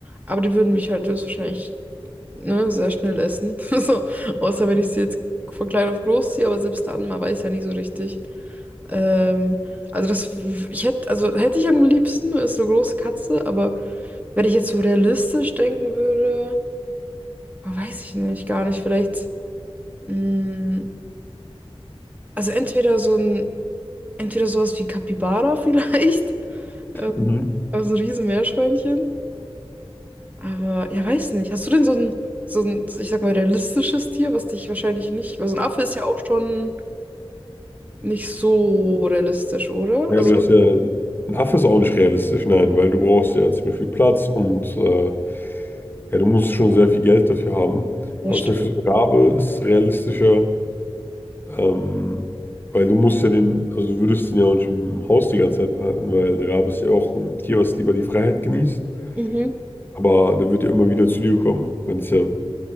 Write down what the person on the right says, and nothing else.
Aber die würden mich halt höchstwahrscheinlich, ne, sehr schnell essen. <laughs> So, außer wenn ich sie jetzt von klein auf groß ziehe, aber selbst dann, man weiß ja nie so richtig. Ähm, also das, w- ich hätte, also hätte ich am liebsten, ist so eine große Katze, aber. Wenn ich jetzt so realistisch denken würde, oh, weiß ich nicht, gar nicht. Vielleicht, mh, also entweder so ein, entweder sowas wie Capybara <laughs> vielleicht, also,
also ein Riesenmeerschweinchen. Aber ja, weiß nicht. Hast du denn so ein, so ein, ich sag mal, realistisches Tier, was dich wahrscheinlich nicht, weil so ein Affe ist ja auch schon nicht so realistisch, oder?
Also,
ja,
stimmt.
Mhm.